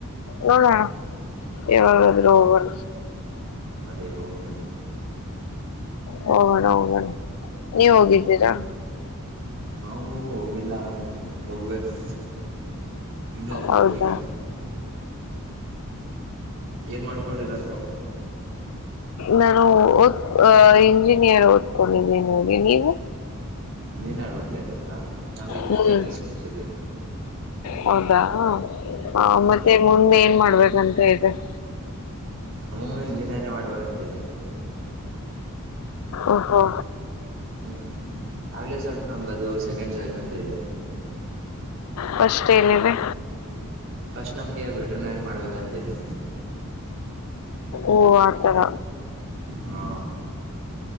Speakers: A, on the left (about 75°); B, on the right (about 60°).
A: ನೋಡೋಣ.
B: ಹ್ಮ್
A: ಯಾವಾಗಾದ್ರೂ
B: ಹ್ಮ್
A: ಹೋಗೊಣ.
B: ಅದೇ ಹೋಗಿ ಬನ್ನಿ.
A: ಹೋಗೋಣ ಹೋಗೋಣ
B: ಹ್ಮ್
A: ನೀವ ಹೋಗಿದ್ದೀರಾ.
B: ನಾವು ಹೋಗಿಲ್ಲಂತ ಹೋಗ್ಬೇಕು ಇನ್ನೂ ಹೋಗಬೇಕು
A: ಹೌದಾ
B: ಈಗ. ಏನ್ ಮಾಡ್ಕೊಂಡಿರೋದು ತಾವು
A: ನಾನು ಓದ ಇಂಜಿನಿಯರ್ ಓದ ಕೊಂಡಿದೀನಿ ನೀವು?
B: ಇಂಜಿನಿಯರ್ ಓದ್ತಾಯಿದೆರ ನಾವು ಈಗ
A: ಹ್ಮ್
B: ದ್ವಿತೀಯ ಪಿ ಯು ಸಿ ಮುಗಿಸಿದ್ದೀವಿ.
A: ಹೌದಾ ಹ
B: ಹ್ಮ್
A: ಮತ್ತೆ ಮುಂದ ಏನ್ ಮಾಡ್ಬೇಕಂತ ಇದಿರ. ತೆ.
B: ನಮಗೂ ಇಂಜಿನಿಯರಿಂಗ್ ಮಾಡಬೇಕು ಅಂತ ಇದೆ.
A: ಓ ಓ
B: ಹ್ಮ್ ಆಗ್ಲೇ ಸ್ವಲ್ಪ ನಮ್ಗ ಅದು ಸೆಕೆಂಡ್ ಚಾಯ್ಸ್ ಅಂತ ಇದೆ.
A: ಫ್ರಿಸ್ಟ್ ಏನಿದೆ.
B: ಫಸ್ಟ್ ನಮ್ಗೆ ವೇಟರ್ನರಿ ಮಾಡಬೇಕು ಅಂತ ಇದೆ.
A: ಓ ಆತರ
B: ಹಾ